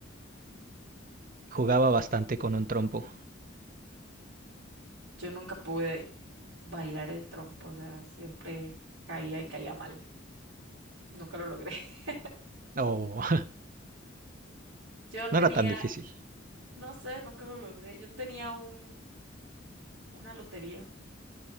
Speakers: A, on the right; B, on the right.
A: Jugaba bastante con un trompo.
B: Yo nunca pude bailar el trompo, o sea, siempre caía y caía mal. Nunca lo logré. <laughs>
A: O <laughs>
B: Yo
A: no
B: tenía,
A: era tan difícil.
B: no sé, nunca lo logré. Yo tenía un, una lotería